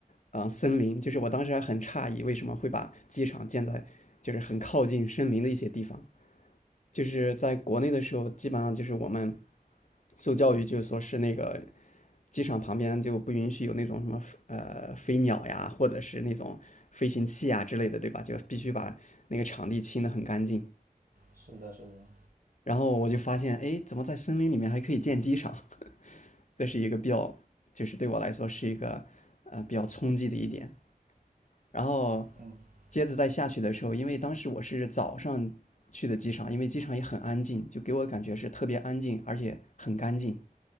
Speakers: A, on the left; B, on the right.
A: 呃，森林，就是我当时还很诧异为什么会把机场建在就是很靠近森林的一些地方，就是在国内的时候，基本上就是我们受教育就是说是那个机场旁边就不允许有那种什么呃飞鸟呀，或者是那种飞行器呀之类的，对吧？就必须把那个场地清得很干净。
B: 是的，是的，
A: 然后我就发现，哎，怎么在森林里面还可以建机场？<laughs> 这是一个比较，就是对我来说是一个呃比较冲击的一点。然后
B: 嗯
A: 接着再下去的时候，因为当时我是早上去的机场，因为机场也很安静，就给我感觉是特别安静，而且很干净，